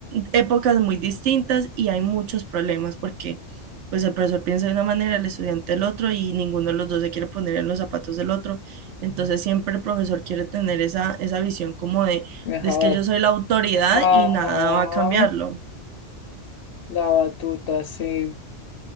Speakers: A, on the right; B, on the left.
A: épocas muy distintas y hay muchos problemas porque pues el profesor piensa de una manera, el estudiante el otro y ninguno de los dos se quiere poner en los zapatos del otro. Entonces siempre el profesor quiere tener esa, esa visión como de,
B: Mejor.
A: de es que yo soy la autoridad
B: Ajá.
A: y nada va a cambiarlo.
B: La batuta, sí.